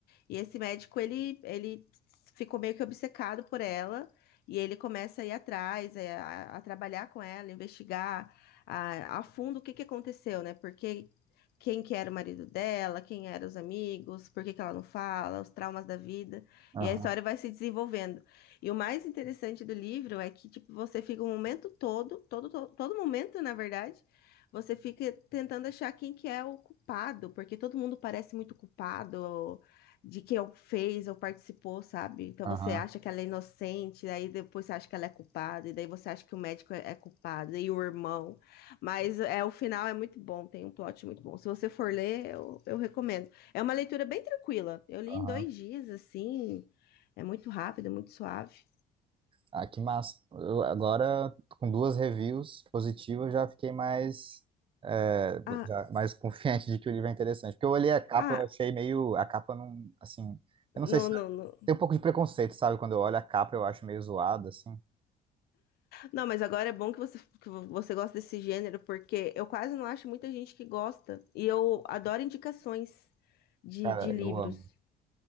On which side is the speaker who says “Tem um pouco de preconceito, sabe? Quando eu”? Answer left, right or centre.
Right